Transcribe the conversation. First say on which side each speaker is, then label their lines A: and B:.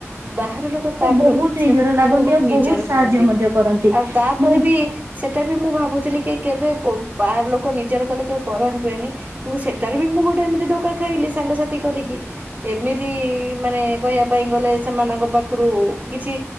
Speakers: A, on the right; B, on the right.
A: ବାହାର ଲୋକ ତା ଠାରୁ
B: ବହୁତ
A: ସେତ୍
B: ନିଜର ଲାଗନ୍ତି
A: ବହୁତ
B: ଆଉ
A: ନିଜର
B: ସାହାଯ୍ୟ
A: ହୁଅନ୍ତି
B: ମଧ୍ୟ କରନ୍ତି।
A: ଆଉ ତାପରେ
B: ମୁଁ
A: ବି ସେଇଟା ବି ମୁଁ ଭାବୁଥିଲି କି? କି କେବେ ବୋ ବାହାର ଲୋକ ନିଜର କଲେ କେବେ ପର ହେବେନି କିନ୍ତୁ ସେଠାରେ ବି ମୁଁ ଗୋଟେ ଏମିତି ଧୋକା ଖାଇଲି। ସାଙ୍ଗସାଥି କରିକି ଏମିତି ମାନେ କହିବା ପାଇଁ ଗଲେ। ସେମାନଙ୍କ ପାଖରୁ କିଛି